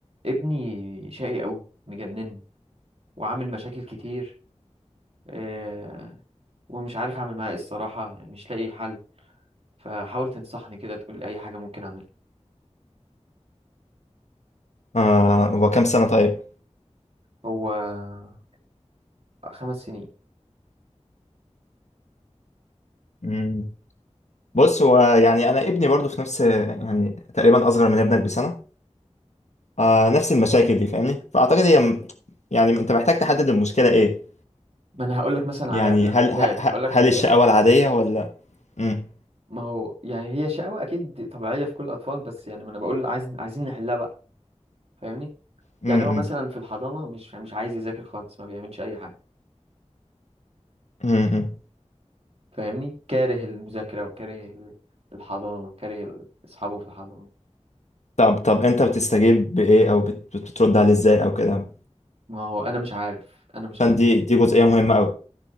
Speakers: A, on the right (about 60°); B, on the left (about 75°).
A: ابني شقي قوي مجنني وعامل مشاكل كتير آه ومش عارف اعمل معاه ايه الصراحه يعني مش لاقي حل فحاول تنصحني كده تقول لي اي حاجه ممكن اعملها
B: آه هو كام سنة طيب؟
A: هو خمس سنين
B: مم. بص هو يعني أنا ابني برضو في نفس يعني تقريبا أصغر من ابنك بسنة آه نفس المشاكل دي فاهمني؟ فأعتقد هي م- يعني أنت محتاج تحدد المشكلة إيه؟
A: ما انا هقول لك مثلا
B: يعني
A: على
B: هل ه-
A: مثال
B: ه-
A: هقول لك
B: هل
A: مثال
B: الشقاوة العادية ولا مم.
A: ما هو يعني هي شقاوة اكيد طبيعيه في كل الاطفال بس يعني ما انا بقول عايز عايزين نحلها بقى فاهمني
B: مم.
A: يعني هو
B: مم.
A: مثلا في الحضانه مش مش عايز يذاكر خالص ما بيعملش اي حاجه
B: مم. مم.
A: فاهمني كاره المذاكره وكاره ال- الحضانه وكاره ال- اصحابه في الحضانه
B: طب طب أنت بتستجيب بإيه أو بت- بترد عليه إزاي أو كده؟
A: ما هو انا مش عارف انا مش
B: فدي
A: عارف
B: دي دي جزئية مهمة أوي